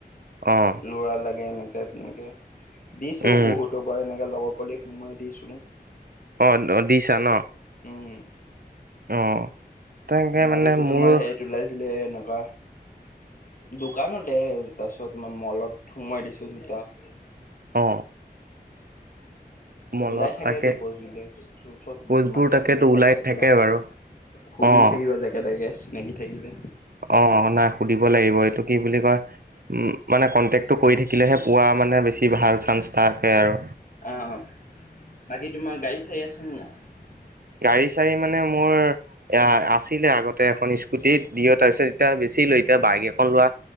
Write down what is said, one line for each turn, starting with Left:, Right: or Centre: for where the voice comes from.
Right: অ',
Left: ল'ৰা লাগে এনেকে। নেকে তেনেকে দিছো
Right: উম,
Left: বহুতক বাৰু এনেকে লগৰ পোৱালি সুমুৱাই দিছো।
Right: অ', দিছা ন?
Left: উম।
Right: অ', তাকে
Left: মাজতে
Right: মানে মোৰো
Left: তোমাৰ হেৰিত ওলাইছিলে এনেকুৱা দোকানতে, তাৰপিছত মই মলত সোমোৱাই দিছো দুটাক। <inaudible>
Right: অ', মলত
Left: ওলাই থাকেতো
Right: তাকে
Left: পোষ্টবিলাক চব
Right: পোষ্টবোৰ
Left: মাথা
Right: তাকেতো
Left: বিচাৰি
Right: ওলাই
Left: থাকিবা।
Right: থাকে বাৰু।
Left: সুধি
Right: অ',
Left: থাকিবা যাকে তাকে চিনাকি থাকিলে।
Right: অ', নাই সুধিব লাগিব এইটো কি বুলি কয় মানে কণ্টেকটো কৰি থা কিলেহে পোৱা মানে বেছি ভাল চান্স থাকে আৰু।
Left: আহ বাকী তোমাৰ গাড়ী চাৰি আছে নে নাই?
Right: গাড়ী চাড়ী মানে মোৰ এ আছিলে আগতে এখন ইচ স্কুটিত দিঅ, তাৰপিছত এতিয়া বেচিলো এতিয়া বাইক এখন লোৱা